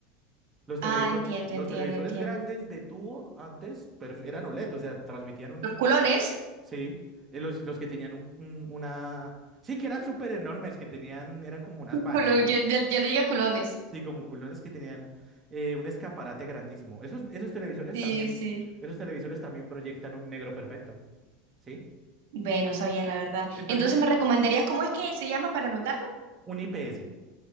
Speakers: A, on the right; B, on the right.
A: Los televiso-
B: Ah, entiendo,
A: los
B: entiendo,
A: televisores
B: entiendo.
A: grandes de tubo antes perf- eran OLED, o sea, transmitían
B: Los culones.
A: Sí, eh, los, los que tenían un, un- una... Sí, que eran súper enormes, que tenían, eran como unas
B: <laughs>
A: ballenas,
B: culo- Ya, ya- ya le diga culones.
A: sí, como culones que tenían eh, un escaparate grandísimo. Esos, esos televisores
B: Sí,
A: también,
B: sí.
A: esos televisores también proyectan un negro perfecto, ¿sí?
B: Bueno, sabía la verdad.
A: Entonces,
B: Entonces, ¿me recomendarías cómo es que se llama para anotarlo?
A: un IPS,